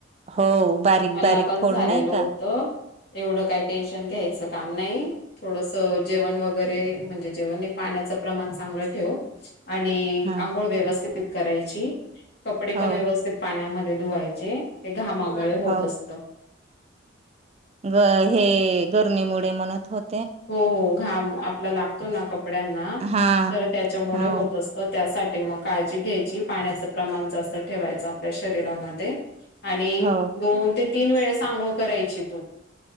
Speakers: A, on the right (about 30°); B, on the left (about 50°).
A: हो बारीक
B: मला
A: बारीक
B: पण
A: फोड
B: झालेलं
A: नाही
B: होतं.
A: का
B: एवढं काही टेन्शन घ्यायचं काम नाही थोडस जेवण वगैरे म्हणजे जेवण नाही पाण्याचं प्रमाण चांगलं ठेव आणि
A: हा
B: अंघोळ व्यवस्थित कराय ची. कपडे
A: हो
B: पण व्यवस्थित पाण्यामध्ये धुवायचे घामामुळे होत
A: हो
B: असत. <inaudible>
A: ग हे गर्मीमुळे म्हणत होत
B: हो हो घाम आपला लागतो ना कप ड्यांना
A: हा
B: तर त्याच्यामुळे
A: हो
B: होत असत त्यासाठी मग काळजी घ्यायची पाण्याच प्रमाण जास्त ठेवायच आपल्या शरीरामध्ये. आणि
A: हो
B: दोन ते तीन वेळ अंघोळ करायची तू